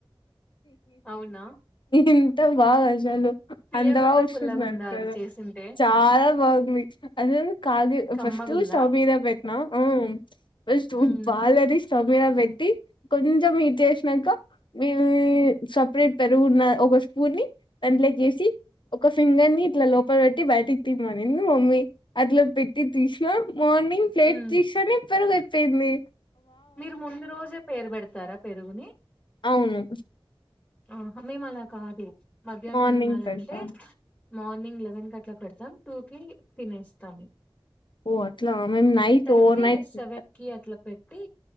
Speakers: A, on the left; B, on the left.
A: అవునా
B: ఎంత బాగా అసలు
A: తీయగుందా
B: అంత బాగా వస్తుందనుకోలే,
A: పుల్లగుందా అది చేసింటే
B: చాలా బాగుంది అసలు కా
A: కమ్మగుందా
B: ఫస్ట్ స్టావ్ మీద పెట్నాం ఫస్ట్
A: ఉమ్
B: బాలేది చమీరా పెట్టి కొంచెం మీట్ చేసినాక మీ సపరేట్ పెరుగున్న ఒక స్పూన్ ని దాంట్లే వేసి ఒక ఫింగర్ ని ఇట్లా లోపల పెట్టి బయటికి తిమ్మనింది మమ్మీ అట్లా పెట్టి తీసినా మార్నింగ్ ప్లేట్
A: ఉమ్
B: తీస్తానే పరుగు ఎ సే మీ
A: మీరు ముందు రోజే పేరు పెడతారా పెరుగుని
B: అవును
A: ఆ మేము అలా కాదు మధ్యాహ్నం
B: మార్నింగ్
A: తినాలంటే
B: పెడతా
A: మార్నింగ్ లెవెన్ కట్లా పెడతా టూ కీ తినేస్తాము
B: ఓ అట్లా మేం నైట్
A: అయితే
B: ఓవర్ నైట్
A: సెవెన్
B: <inaudible>
A: కి అట్లా పెట్టి